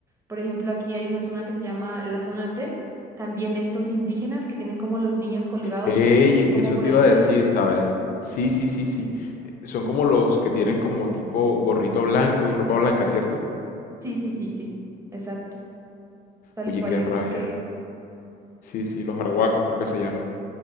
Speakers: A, on the right; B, on the left.
A: por ejemplo, aquí hay una zona que se llama la zona T, también estos indígenas que tienen como los niños colgados,
B: Ey,
A: como
B: eso
A: por
B: te
A: el
B: iba
A: pecho.
B: a decir, ¿sabes? Sí, sí, sí, sí. Son como los que tienen como tipo gorrito blanco y ropa blanca, ¿cierto?
A: Sí, sí, sí, sí, exacto. Tal
B: Oye,
A: cual
B: qué
A: esos
B: rabia.
A: que...
B: Sí, sí, los arhuacos creo que se llaman.